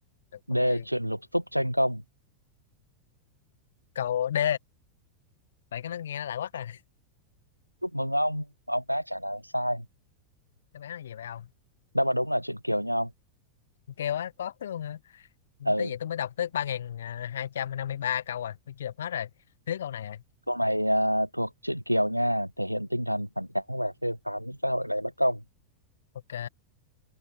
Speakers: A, on the left; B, on the left.
A: được con
B: D.
A: tiền
B: Truyện Lục Xúc Tranh Công
A: câu D vậy cái nó nghe nó lại quá à
B: Chúc mừng ông, ông đã trả lời sai.
A: <laughs> đáp án là gì vậy không
B: Đáp án đúng là Truyện Kiều nha ông.
A: Con kêu á có luôn hả
B: Ừ,
A: tới vậy tôi mới đọc tới ba nghìn à, hai trăm năm mươi ba câu rồi tôi chưa đọc hết rồi thiếu câu này rồi
B: câu này à, thuộc Truyện Kiều nha, thể hiện tinh thần phản kháng và phê phán xã hội đầy bất công.
A: ok